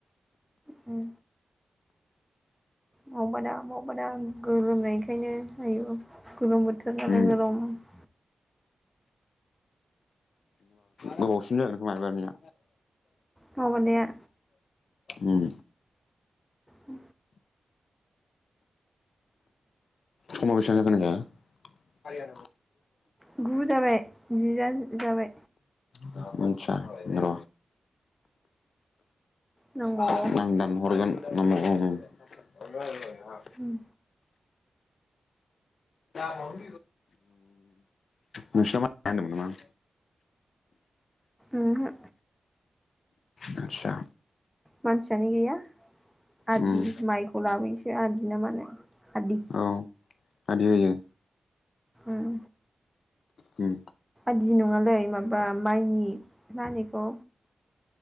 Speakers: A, in the centre; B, on the left.
A: ओम मावबा दा मावबा दां आं गोलोमनायखायनो आयु गोलुम बोथ <unintelligible>
B: उम गोबावसिन जागोनखोमा एबारनिया।
A: मावबादाया
B: <unintelligible> उम
A: उ
B: समाव बेसेबां जाखो नायलाय?
A: गु जाबाय जिया जाबाय
B: दा मोनथिया र
A: नांबावगौ
B: आं दानहरगोन। नांबावगौ औ। औ
A: उम,
B: होम नोंसा माय गाया होनदोंमोन नामा?
A: ओमहो
B: आदसा
A: मानसियानो गैया आदि
B: ओम
A: माइखौ लाबोयोसो आदि ना मानो आदि
B: औ आदि होयो।
A: ओम
B: होम
A: आदि नङालै माबा माइनि मा होनो बेखौ